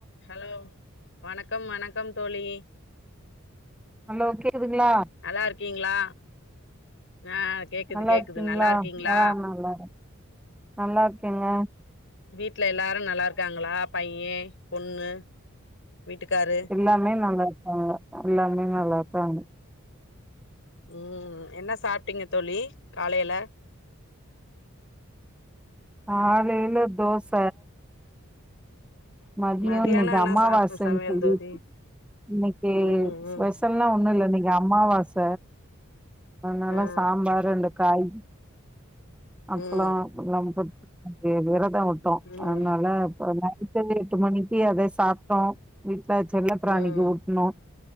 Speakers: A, on the left; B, in the centre.
A: Hello வணக்கம் வணக்கம் தோழி
B: ஹலோ கேக்குதுங்ளா
A: நல்லா இருக்கீங்களா ஆ கேக்குது
B: நல்லா
A: கேக்குது
B: இருக்கீங்ளா
A: நல்லா இருக்கீங்களா
B: ஆ நல்லாரு நல்லார்க்கேங்க
A: வீட்ல எல்லாரு நல்லாருக்காங்களா பைய பொண்ணு வீட்டுக்காரு
B: எல்லாமே நல்லாருக்காங்க எல்லாமே நல்லாருப்பாங்க
A: ம் என்ன சாப்ட்டிங்க தோழி காலையில <inaudible>
B: காலையில தோச மதியோ
A: மதியானோ
B: நேத்து
A: என்ன
B: அம்மாவாசன்
A: சாப் சமையல்
B: சொல்லி
A: தோழி
B: இன்னைக்கு
A: ம்
B: ஸ்பெஷல்லா
A: ம்
B: ஒண்ணுல்ல இன்னைக்கு அம்மாவாச அதனாலா
A: ஆ
B: சாம்பாரு ரெண்டு காய் அப்பல்லா
A: ம்
B: நம்ப ‌‌‌வி விரதோ வுட்டோ
A: ம்
B: அதனால இப்ப என்ன இப்பவே எட்டு மணிக்கி அதே சாப்ட்டோ வீட்ல செல்ல பிராணிக்கு
A: ம்
B: ஊட்னோ